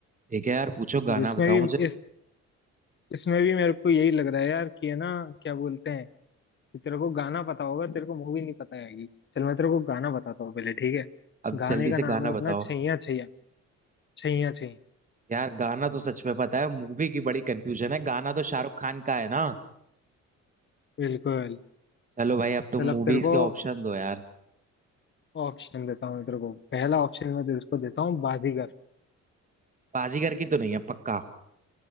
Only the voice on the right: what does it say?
ठीक है यार पूछो गाना
बताओ
मुझे
अब
जल्दी
से गाना
बताओ
यार गाना तो सच में पता है मूवी की बड़ी कंफ्यूजन है गाना तो शाहरुख खान का है ना
चलो भाई अब तुम
मूवीज
के ऑप्शन दो यार
बाजीगर की तो नहीं है पक्का